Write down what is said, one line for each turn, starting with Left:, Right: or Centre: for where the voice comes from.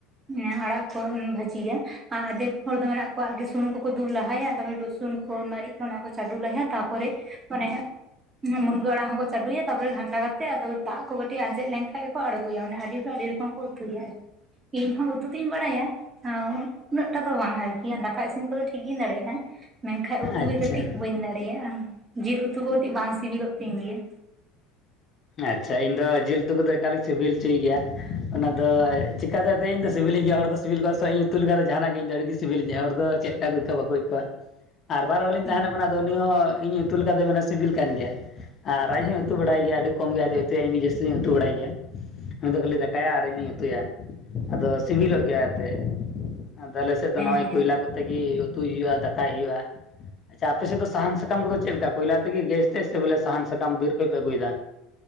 Right: ᱦᱮᱸ ᱟᱲᱟᱜ ᱠᱚ ᱵᱷᱟᱹᱡᱤᱭᱟ ᱟ ᱟᱫᱷᱮᱠ ᱦᱚᱲ ᱫᱚ ᱢᱮᱱᱟᱜ ᱠᱚᱣᱟ ᱟᱜᱮ ᱥᱩᱱᱩᱢ ᱠᱚ ᱫᱩᱞ ᱞᱟᱦᱟᱭᱟ ᱛᱟᱯᱚᱨᱮ ᱨᱚᱥᱩᱱ ᱠᱚ ᱢᱟᱹᱨᱤᱪ ᱚᱱᱟ ᱠᱚ ᱪᱟᱰᱳ ᱞᱟᱦᱟᱭᱟ ᱛᱟᱯᱚᱨᱮ ᱟᱱᱮ ᱢᱩᱱᱜᱟᱹ ᱟᱲᱟᱜ ᱦᱚᱸ ᱪᱟᱰᱩᱭᱟ ᱛᱟᱯᱚᱨᱮ ᱜᱟᱱᱰᱟ ᱠᱟᱛᱮᱜ ᱟᱫᱚ ᱫᱟᱜ ᱠᱚ ᱠᱟᱴᱤᱡ ᱟᱸᱡᱮᱫ ᱞᱮᱱᱠᱷᱟᱱ ᱜᱮᱠᱚ ᱟᱬᱜᱩᱭᱟ ᱟᱹᱰᱤ ᱟᱹᱰᱤ ᱨᱚᱠᱚᱢ ᱠᱚ ᱩᱛᱩᱭᱟ ᱟᱨᱠᱤ ᱤᱧᱦᱚᱸ ᱩᱛᱩ ᱫᱩᱧ ᱵᱟᱲᱟᱭᱟ ᱦᱚᱭ ᱩᱱᱟᱹᱜ ᱴᱟ ᱫᱚ ᱵᱟᱝ ᱟᱨᱠᱤ ᱫᱟᱠᱟ ᱤᱥᱤᱱ ᱠᱚᱫᱚ ᱴᱷᱤᱠ ᱜᱤᱧ ᱫᱟᱲᱮᱭᱟᱜᱼᱟ ᱢᱮᱱᱠᱷᱟᱡ ᱩᱛᱩᱜᱮ
Left: ᱟᱪᱪᱷᱟ
Right: ᱠᱟᱹᱴᱤᱡ ᱵᱟᱹᱧ ᱫᱟᱲᱮᱭᱟᱜᱼᱟ ᱡᱤᱞ ᱩᱛᱩ ᱠᱚ ᱠᱟᱹᱴᱤᱡ ᱵᱟᱝ ᱥᱤᱵᱤᱞᱚᱜ ᱛᱤᱧ ᱜᱮᱭᱟ᱾
Left: ᱟᱪᱪᱷᱟ ᱤᱧ ᱫᱚ ᱡᱤᱞ ᱩᱛᱩ ᱠᱚᱫᱚ ᱮᱠᱟᱞᱧ ᱥᱤᱵᱤᱞ ᱚᱪᱚᱭ ᱜᱮᱭᱟ ᱚᱱᱟᱫᱚ ᱪᱤᱠᱟᱛᱮ ᱮᱱᱛᱮᱫ ᱤᱧ ᱫᱚ ᱥᱤᱵᱤᱞᱤᱧ ᱜᱮᱭᱟ ᱦᱚᱲ ᱫᱚ ᱥᱤᱵᱤᱞ ᱠᱚᱣᱟ ᱥᱮ ᱤᱧ ᱩᱛᱩ ᱞᱮᱠᱷᱟᱱᱡ ᱫᱚ ᱡᱟᱦᱱᱟᱜ ᱜᱮ ᱤᱧ ᱫᱚ ᱟᱹᱰᱤ ᱜᱮ ᱥᱤᱵᱤᱞᱤᱧᱟᱹ ᱦᱚᱲ ᱫᱚ ᱪᱮᱫᱞ ᱞᱮᱠᱟ ᱟᱹᱭᱠᱟᱹᱣᱟ ᱵᱟᱠᱳ ᱟᱹᱭᱟᱹᱠᱟᱹᱣᱟ᱾ ᱟᱨ ᱵᱟᱨ ᱦᱚᱲ ᱞᱤᱧ
Right: ᱦᱮᱸ
Left: ᱛᱟᱦᱮᱱᱟ ᱠᱟᱱᱟ ᱟᱫᱚ ᱩᱱᱤ ᱦᱚᱸ ᱤᱧ ᱩᱛᱩ ᱞᱮᱠᱟ ᱫᱚᱭ ᱢᱮ ᱥᱤᱵᱤᱞ ᱠᱟᱱ ᱜᱮᱭᱟ ᱟᱨ ᱨᱟᱡᱽ ᱦᱚᱸᱭ ᱩᱛᱩ ᱵᱟᱲᱟᱭ ᱜᱮᱭᱟ ᱟᱹᱰᱤ ᱠᱚᱢ ᱜᱮᱭᱟ ᱟᱫᱚ ᱩᱛᱩᱭᱟ ᱤᱧ ᱜᱮ ᱡᱟᱹᱥᱛᱤ ᱫᱚᱧ ᱩᱛᱩ ᱵᱟᱲᱟᱭ ᱜᱮᱭᱟ ᱩᱱᱤ ᱫᱚ ᱠᱷᱟᱹᱞᱤ ᱫᱟᱠᱟᱭ ᱟᱨ ᱤᱧᱩᱧ ᱩᱛᱩᱭᱟ᱾ ᱟᱫᱚ ᱥᱤᱵᱤᱞᱚᱜ ᱜᱮᱭᱟ ᱮᱱᱛᱮᱫ ᱟᱫᱚ ᱟᱞᱮ ᱥᱮᱫ ᱫᱚ ᱱᱚᱜᱼᱚᱭ
Right: ᱦᱮᱸ
Left: ᱠᱚᱭᱞᱟ ᱠᱚᱛᱮ ᱜᱮ ᱩᱛᱩᱭ ᱦᱩᱭᱩᱜᱼᱟ ᱫᱟᱠᱟᱭ ᱦᱩᱭᱩᱜᱼᱟ᱾ ᱟᱪᱷᱟ ᱟᱯᱮ ᱥᱮᱫ ᱫᱚ ᱥᱟᱦᱟᱱ ᱥᱟᱠᱟᱢ ᱠᱚᱫᱚ ᱪᱮᱫ ᱞᱮᱠᱟ ᱠᱚᱭᱞᱟ ᱛᱮᱜᱮ ᱜᱮᱥ ᱛᱮ ᱥᱮ ᱵᱚᱞᱮ ᱥᱟᱦᱟᱱ ᱥᱟᱠᱟᱢ ᱵᱤᱨ ᱠᱷᱚᱱᱟᱡ ᱯᱮ ᱟᱹᱜᱩ ᱭᱮᱫᱟ᱾